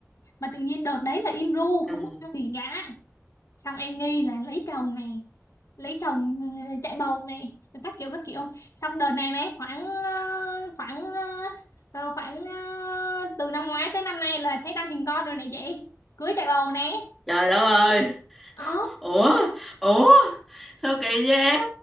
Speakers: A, on the left (about 80°); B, in the centre.
A: mà tự nhiên đợt đấy là im ru không
B: đừng
A: có đăng gì cả xong em nghi là lấy chồng này lấy chồng ừ, chạy bầu này rồi các kiểu các kiểu xong đợt này này khoảng ờ, khoảng ờ, ờ, khoảng ờ, từ năm ngoái tới năm nay là thấy đăng hình con rồi này chị cưới chạy bầu này
B: trời đất ơi
A: Ồ,
B: ủa ủa sao kỳ vậy em